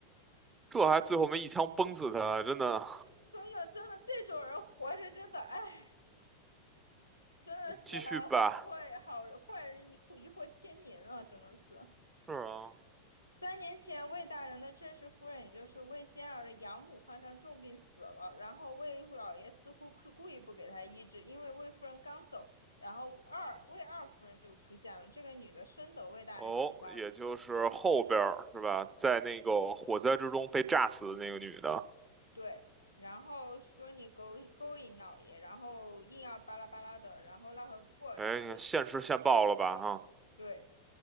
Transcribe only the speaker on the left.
真的真的这种人活着真的，哎，真的是还坏好坏人一祸一祸千年啊，
真的是。
三年前，魏大人的正式夫人，也就是魏仙儿的养母，患上重病死了。然后魏老爷似乎是故意不给她医治，因为魏夫人刚走，然后二魏二夫人就出现了。这个女的深得魏大人喜欢，
对，然后说你勾勾引老爷，然后硬要巴拉巴拉的，然后奈何不过，
然后就起
对，